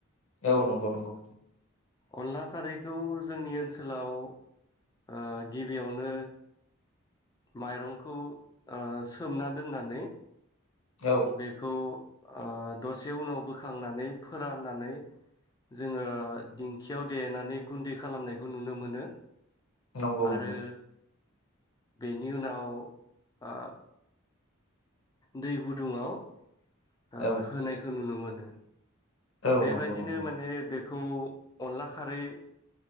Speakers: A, on the left; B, on the left.
A: औ नंगौ नंगौ
B: अनला खारैखौ जोंनि ओनसोलाव ओ गिबियावनो माइरंखौ ओ सोमना दोननानै
A: औ
B: बेखौ ओ दसे उनाव बोखांनानै फोराननानै जोङो दिंखियाव देनानै गुन्दै खालामनायखौ नुनो मोनो
A: नंगौ
B: आरो
A: नंगौ
B: बेनि उनाव आ दै गुदुङाव आ
A: औ
B: होनायखौ नुनो मोनो। नो
A: औ
B: बेबायदिनो
A: नंगौ नंगौ
B: माने बे खौ अनला खारै